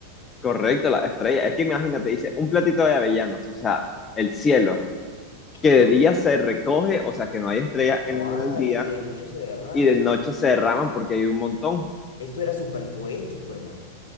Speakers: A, on the left (about 20°); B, on the left (about 60°).
A: Correcto, la estrella. Es que imagínate, dice, un platito de avellanas, o sea, el cielo, que
B: Ah,
A: de día se recoge, o sea, que no hay estrellas en
B: No hay.
A: el día,
B: Y de noche se derrama.
A: y de noche se derrama porque hay un montón.
B: Esto era súper poético, hermano.